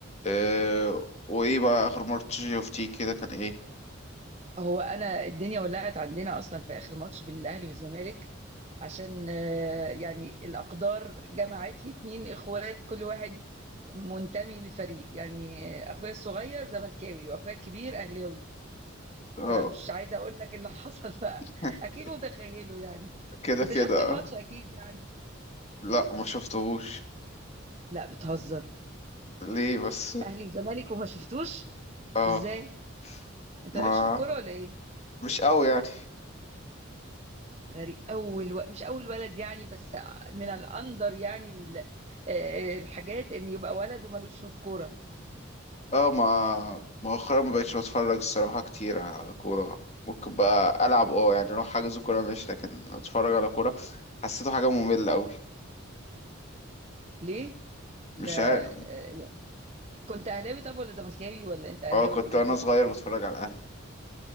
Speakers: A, on the left; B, on the right.
A: أه وايه بقى اخر مرة شفتيه كده كان ايه
B: هو انا الدنيا ولعت عندنا اصلا في اخر ماتش بين الاهلي والزمالك عشان آه، يعني الاقدار جمعت لي اتنين اخوات كل واحد منتمي لفريق يعني آه، اخويا الصغير زملكاوي واخويا الكبير اهلاوي
A: اه
B: فمش عايزه اقول لك اللي <laughs> حصل بقى
A: <laughs>
B: اكيد متخيله يعني
A: كده
B: انت
A: كده
B: شفت الماتش
A: آه.
B: اكيد يعني
A: لا ما شفتهوش
B: لا بتهزر
A: ليه بس
B: اهلي وزمالك وما شفتوش
A: اه
B: ازاي انت
A: ما
B: مالكش في الكوره ولا ايه
A: مش قوي يعني
B: غريب اول و... مش اول ولد يعني بس من الاندر يعني ال... آه، الحاجات ان يبقى ولد ومالوش في الكوره
A: اه ما مؤخرا ما بقتش بتفرج الصراحة كتير على كورة ممكن بقى ألعب اه يعني أروح حاجز كورة ماشي لكن أتفرج على كورة حسيته حاجة مملة أوي
B: ليه ده
A: مش عارف
B: آه، كنت اهلاوي طب ولا زملكاوي ولا انت اهلاوي
A: اه كنت
B: اوريدي
A: وأنا صغير بتفرج على الأهلي